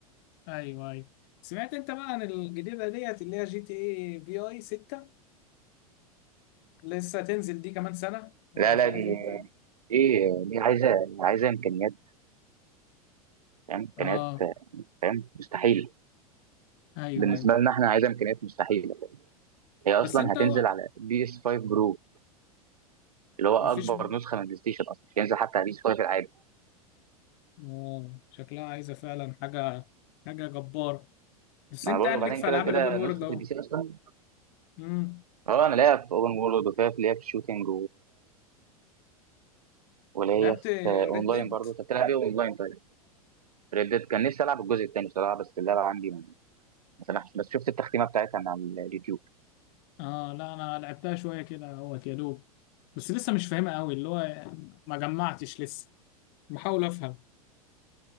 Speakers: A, on the left; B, on the right.
A: ايوه ايوه سمعت انت بقى عن الجديده ديت اللي هي جي تي اي في اي 6 لسه هتنزل دي كمان سنه ولا
B: لا
A: مش
B: لا
A: عارف
B: دي
A: امتى
B: ايه دي عايزه عايزه امكانيات فاهم امكانيات
A: اه
B: فاهم مستحيل
A: ايوه
B: بالنسبه
A: ايوه
B: لنا احنا عايزه امكانيات مستحيله هي اصلا
A: بس انت
B: هتنزل
A: هو
B: على بي اس 5 برو اللي هو اكبر
A: مفيش
B: نسخه من البلاي ستيشن اصلا مش هينزل حتى على بي اس 5 العادي
A: اه شكلها عايزه فعلا حاجه حاجه جباره بس
B: ما
A: انت
B: انا بقول
A: يعني
B: وبعدين
A: ليك في
B: كده
A: العاب
B: كده
A: الاوبن وورلد
B: نسخه
A: اهو
B: البي سي اصلا
A: امم
B: اه انا لاقيها في اوبن وورلد وفيها في ليها في شوتنج ولاقيها
A: لعبت
B: في اونلاين
A: ريد ديد
B: برضه انت بتلعب ايه اونلاين طيب؟ ريدد كان نفسي العب الجزء الثاني بصراحه بس اللعبه عندي ما ما سمحش بس شفت التختيمه بتاعتها من على اليوتيوب
A: اه لا انا لعبتها شويه كده اهوت يا دوب بس لسه مش فاهمها قوي اللي هو ما جمعتش لسه بحاول افهم